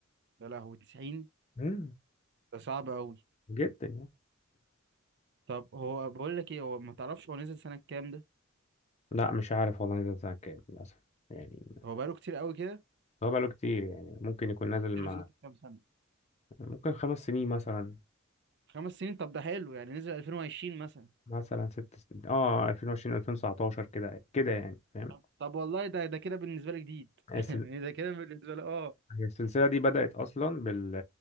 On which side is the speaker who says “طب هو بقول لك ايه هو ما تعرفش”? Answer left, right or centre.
Right